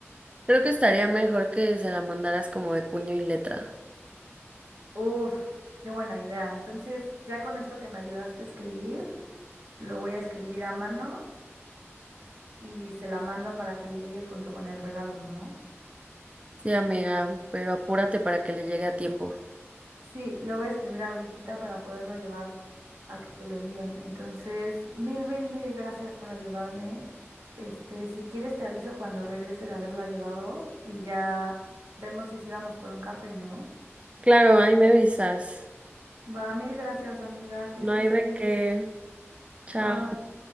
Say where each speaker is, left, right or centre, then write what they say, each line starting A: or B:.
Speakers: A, on the right; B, on the right.
A: Creo que estaría mejor que se la mandaras como de puño y letra.
B: Uf, qué buena idea. Entonces, ya con esto que me ayudaste a escribir, lo voy a escribir a mano y se la mando para que le llegue junto con el regalo, ¿no?
A: Sí, amiga, pero apúrate para que le llegue a tiempo.
B: Sí, lo voy a escribir ahorita para poderlo llevar a que lo envíen. Entonces, mil, mil, mil gracias por ayudarme. Este, si quieres te aviso cuando regrese de haberla llevado y ya vemos si sí vamos por un café, ¿no?
A: Claro, ahí me avisas.
B: Va, mil gracias, amiga, que estés
A: No hay de
B: bien.
A: qué. Chao.
B: Bye.